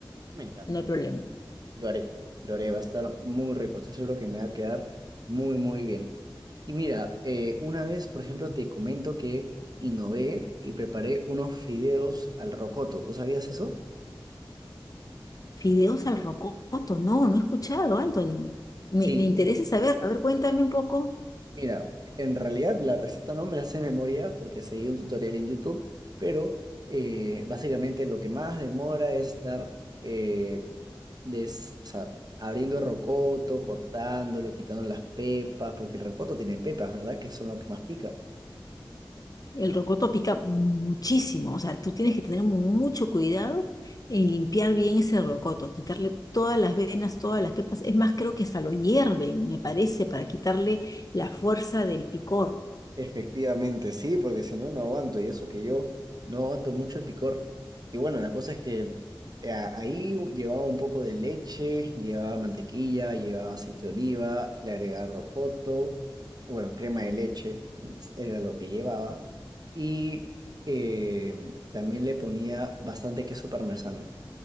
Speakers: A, on the right; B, on the left.
A: Me encanta.
B: No hay problema.
A: Lo haré, lo haré, va a estar muy rico, estoy seguro que me va a quedar muy, muy bien. Y mira, eh, una vez, por ejemplo, te comento que innové y preparé unos fideos al rocoto, ¿tú sabías eso?
B: Fideos al rocoto, no, no he escuchado, Anthony. Me,
A: Sí,
B: me interesa saber, a ver, cuéntame un poco.
A: mira, en realidad la receta no me la sé de memoria porque seguí un tutorial en YouTube, pero eh, básicamente lo que más demora es estar eh, des- o sea, abriendo el rocoto, cortándolo, quitando las pepas, porque el rocoto tiene pepas, ¿verdad? Que son lo que más pica.
B: El rocoto pica muchísimo, o sea, tú tienes que tener mucho cuidado en limpiar bien ese rocoto, quitarle todas las venas, todas las pepas. Es más, creo que hasta lo hierven, me parece, para quitarle la fuerza del picor.
A: Efectivamente, sí, porque si no, no aguanto. Y eso que yo no aguanto mucho el picor. Y bueno, la cosa es que eh, ahí llevaba un poco de leche, llevaba mantequilla, llevaba aceite de oliva, le agregaba rocoto, bueno, crema de leche, era lo que llevaba. Y eh, también le ponía bastante queso parmesano.